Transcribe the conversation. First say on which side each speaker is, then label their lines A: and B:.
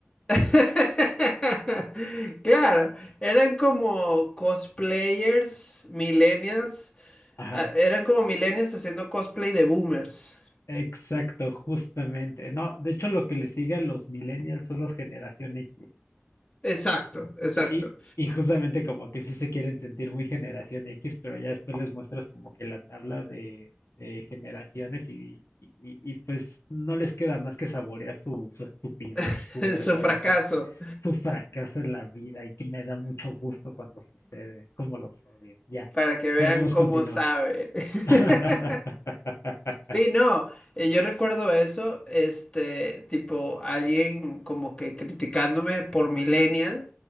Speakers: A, on the left (about 20°); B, on the left (about 85°).
A: <laughs> Claro, eran como cosplayers, millennials,
B: ajá.
A: ah, eran como millennials haciendo cosplay de boomers.
B: Exacto, justamente. No, de hecho lo que le sigue a los millennials son los generación X.
A: Exacto, exacto.
B: Y, y- y justamente como que sí se quieren sentir muy generación X, pero ya después les muestras como que la tabla de, de generaciones y, y- y- y pues no les queda más que saborear su, su estupidez
A: <laughs>
B: y su vergüenza,
A: Su fracaso,
B: su fracaso en la vida y que me da mucho gusto cuando sucede, como los odio. Ya,
A: para que vean
B: podemos
A: cómo
B: continuar.
A: sabe. <laughs>
B: <laughs>
A: Sí, no, eh, yo recuerdo eso, este, tipo, alguien como que criticándome por millennial,